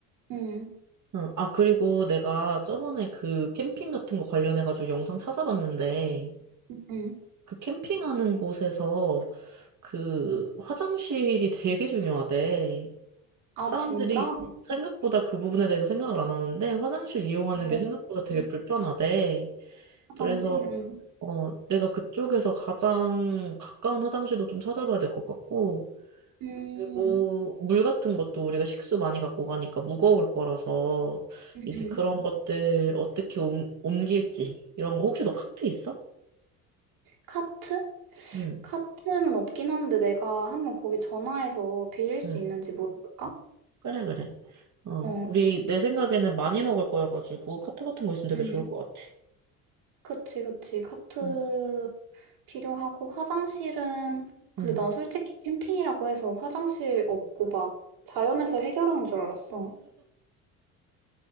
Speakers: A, on the right; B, on the right.
A: 음,
B: 응. 아, 그리고 내가 저번에 그 캠핑 같은 거 관련해가지고 영상 찾아봤는데,
A: 음.
B: 그 캠핑하는 곳에서 그 화장실이 되게 중요하대.
A: 아,
B: 사람들이
A: 진짜?
B: 생각보다 그 부분에 대해서 생각을 안 하는데, 화장실 이용하는
A: 어,
B: 게 생각보다 되게 음, 불편하대.
A: 화장실,
B: 그래서,
A: 음.
B: 어, 내가 그쪽에서 가장 가까운 화장실도 좀 찾아봐야 될 것 같고,
A: 음,
B: 그리고 물 같은 것도 우리가 식수 많이 갖고 가니까 무거울 거라서
A: 음,
B: 이제
A: 음.
B: 그런 것들 어떻게 옮, 옮길지 이런 거 혹시 너 카트 있어?
A: 카트?
B: 응,
A: 카트는 없긴 한데 내가 한번 거기 전화해서 빌릴 수
B: 응.
A: 있는지 물어볼까?
B: 그래, 그래. 어,
A: 어,
B: 우리 내 생각에는 많이 먹을 거여가지고 카트 같은 거 있으면 되게
A: 음.
B: 좋을 것 같아.
A: 그치, 그치. 카트
B: 응,
A: 필요하고 화장실은, 근데
B: 응.
A: 난 솔직히 캠핑이라고 해서 화장실 없고 막 자연에서 해결하는 줄 알았어.